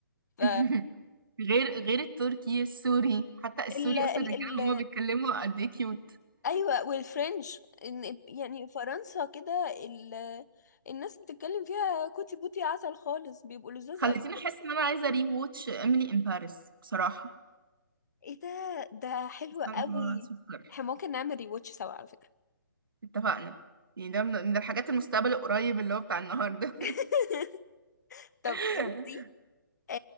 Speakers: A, on the left (about 50°); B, on the right (about 75°).
A: ف
B: <laughs> غير غير التركي السوري حتى السوري
A: ال... ال...
B: اصلا الرجاله
A: ال...
B: هما بيتكلموا قد ايه كيوت
A: ايوه والفرنش إن- يعني فرنسا كده ال... الناس بتتكلم فيها كوتي بوتي عسل خالص بيبقوا لذاذ
B: خلتيني
A: قوي
B: احس ان انا عايزه ري واتش ايميلي ان باريس بصراحه
A: ايه ده ده حلو
B: حاسه
A: قوي
B: ان هو سوبر
A: احنا ممكن نعمل ريواتش سوا على فكرة
B: اتفقنا يعني ده من من الحاجات المستقبل القريب اللي هو بتاع النهارده
A: <laughs> طب
B: <laughs>
A: انت آه